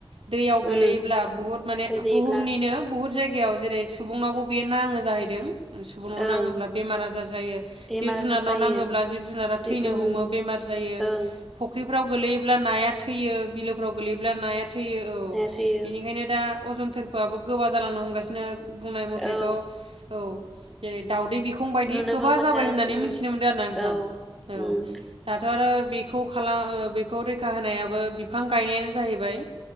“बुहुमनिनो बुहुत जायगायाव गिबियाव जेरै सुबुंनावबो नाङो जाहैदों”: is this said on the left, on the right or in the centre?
Right